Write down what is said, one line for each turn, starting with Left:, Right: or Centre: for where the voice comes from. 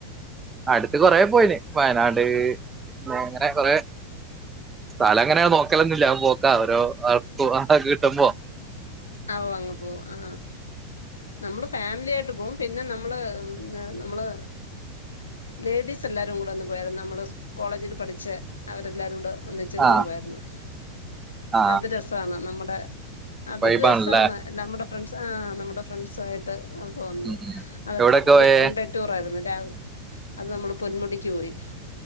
Right: അടുത്ത് കൊറ പോയിന് വയനാട്, പിന്നെ <unintelligible> കൊറെേ സ്ഥലം അങ്ങനെ നോക്കലന്നില്ല ഞാൻ പോക്കഓരോആൾ പോ <unintelligible> ആട്ടാ കിട്ട്പോ
Left: ആ ഓ അങ്ങ് പോവും ആ
Right: <unintelligible>
Left: നമ്മള് ഫാമിലി ആയിട്ട് പോകും പിന്നെ നമ്മള് നമ്മള് ലേഡീസ് എല്ലാരും കൂ പോയ നമ്മള് കോളേജിൽ പഠിച്ചച്ച് അവരെല്ലാരും കൂടെ ഒന്നിച്ചു ഒന്നു
Right: ആഹ്
Left: പോയിരുന്നു
Right: ആഹ്
Left: അത് രസമാണ് നമ്മുടെ അതൊരു
Right: വൈബാണല്ലേ
Left: രസമാണ് നമ്മുടെ ഫ്രണ്ട്സ് ആ നമ്മുടെ ഫ്രണ്ട്സ ആയിട്ട് ആ പോന്നത്
Right: ഉം ഉം
Left: അതടുത്ത്
Right: എവിടൊക്കെ
Left: ഒരു
Right: പോയേ
Left: ഒണ്ടേറ്റൂറായിരുന്നു രാവിലെ അത് നമ്മള് പൊന്മുടി പോയി